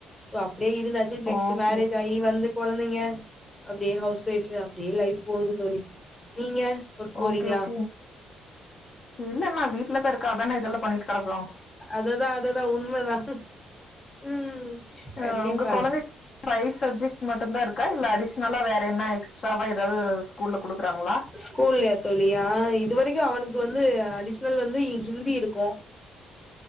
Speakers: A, on the left; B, on the left.
A: சோ அப்டியே இருந்தாச்சி நெக்ஸ்ட்டு
B: ஓகே
A: மேரேஜ் ஆயி வந்து கொழந்தைங்க அப்டியே ஹவுஸ் ஒய்ஃப் அப்டியே லைஃப் போகுது தோழி நீங்க ஒர்க் போறீங்களா
B: ஓகே ஓகே இல்ல நா வீட்லதா இருக்க அதான இதெல்லா பண்ணிட்டு கெடக்கோ
A: அததா அததா உண்மதா ம்
B: ஆ
A: கண்டிப்பா
B: ஒங்க கொழந்தைக் வயசு இது மட்டுந்தா இருக்கா இல்ல அடிஷ்னலா வேற என்ன எக்ஸ்ட்ராவா எதாது ஸ்கூல்ல குடுக்குறாங்களா
A: ஸ்கூல்லையா தோழி ஆ இது வரைக்கு அவனுக்கு வந்து அடிஸ்னல் வந்து ஹிந்தி இருக்கு